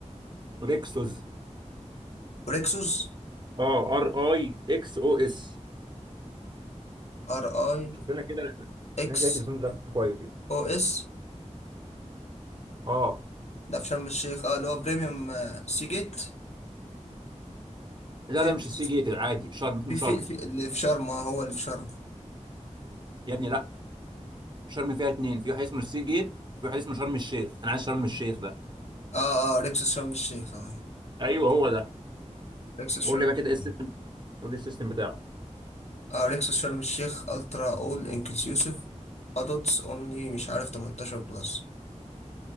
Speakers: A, on the right; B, on the left.
A: ريكسوس
B: ريكسوس
A: اه ار اي اكس او اس
B: ار اي
A: شوف لنا كده
B: اكس
A: الناس هي التليفون ده كويس
B: او اس
A: اه
B: ده في شرم الشيخ اه اللي هو بريميوم آه، سي جيت
A: لا
B: في
A: ده
B: ريكسوس
A: مش السي جيت العادي شرم اسمه
B: في
A: شرم
B: في في اللي في شرم اه هو اللي في شرم
A: يا ابني لا شرم فيها اتنين في واحد اسمه السي جيت في واحد اسمه شرم الشيخ انا عايز شرم الشيخ ده
B: اه اه ريكسوس شرم الشيخ اه
A: ايوه هو ده
B: ريكسوس
A: قول
B: شرم
A: لي بقى
B: الشيخ.
A: كده ايه السيستم قول لي السيستم بتاعه
B: اريكسوس شرم الشيخ الترا اول انكلوسيف ادults اونلي مش عارف 18 بلس